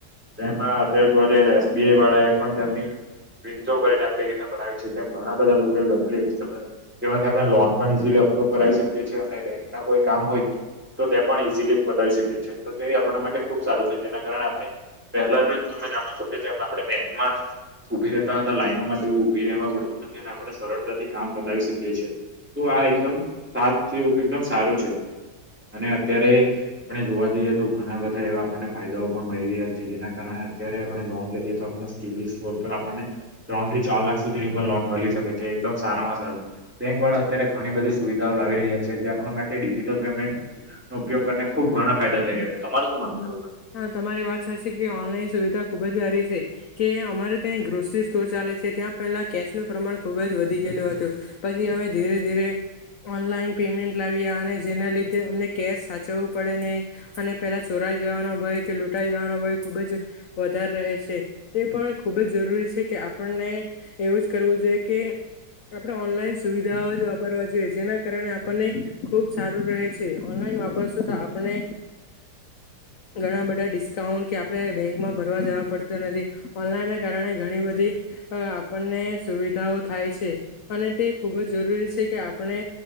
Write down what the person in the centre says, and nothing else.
એમાં અત્યારે વધારે એસબીઆઈ વાળા એ પણ તેમની વિન્સો કરીને એપ્લિકેશન બનાવી છે, તેમ ઘણા બધા લોકો <unintelligible> જેમાંથી આપણે લોન પણ ઈઝીલી અપ્રુવ કરાઈ શકીએ છીએ અને બેંક ના કોઈ કામ હોય તો તે પણ ઈઝીલી બતાવી શકીએ છીએ, તો તે આપણા માટે ખુબ સારું છે. જેના કારણે આપણે પહેલા જાણૂ છુ કે જેમ આપણે બેંકમાં ઉભી રહેતા હતા લાઈનોમાં તેવું ઉભી રહેવા પડતું નથી અને આપણે સરળ કામ પતાવી શકીએ છિએ. તો આ એકદમ સાથ એકદમ સારું છે. અને અત્યારે આપણે જોવા જઈએ તો ઘણા બધા એવા આપણને ફાયદાઓ પણ મળી રહ્યા છે, જેના કારણે અત્યારે આપણે લોન લઈએ તો આપણને શિબિર સ્કોર ઉપર આપણને ત્રણ થી ચાર લાખ સુધીની પણ લોન મળી શકે છે. એકદમ સારામાં સારૂ બેંક વાળા અત્યારે ઘણી બધી સુવિધાઓ લાવી રહ્યા છે. જે આપણા માટે ડિજિટલ પેમેન્ટ નો ઉપયોગને ખુબ ઘણા ફાયદા થઈ રહ્યા છે, તમારું શું માનવુ છે? આ બાબતે?